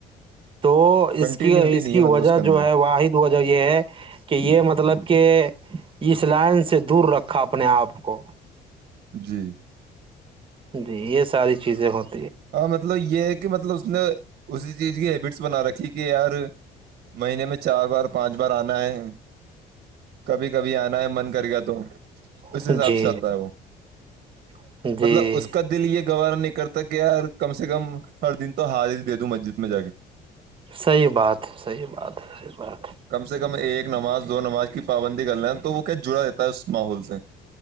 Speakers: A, on the right (about 30°); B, on the right (about 60°).
A: تو
B: کنٹینیوٹی
A: اس کی اس
B: نہیں
A: کی
B: ہے
A: وجہ
B: مطلب کے اندر
A: جو ہے واحد وجہ یہ ہے کہ یہ مطلب کہ اس لائن سے دور رکھا اپنے آپ کو
B: جی
A: جی یہ ساری چیزیں ہوتی
B: ہاں مطلب یہ کہ مطلب اس نے اسی چیز کی ہیبٹس بنا رکھی کہ یار مہینے میں چار بار پانچ بار آنا ہے کبھی کبھی آنا ہے من کر گیا تو
A: ہے
B: اس حساب
A: جی
B: سے آتا ہے وہ
A: جی جی
B: مطلب اس کا دل یہ گور نکتاک کہ <unintelligible> یار کم سے کم ہر دن تو ہار ہی دے دوں مسجد میں جا کے
A: صحیح بات صحیح بات صحیح بات
B: کم سے کم ایک نماز دو نماز کی پابندی کر لیں تو وہ جڑا رہتا ہے اس ماحول سے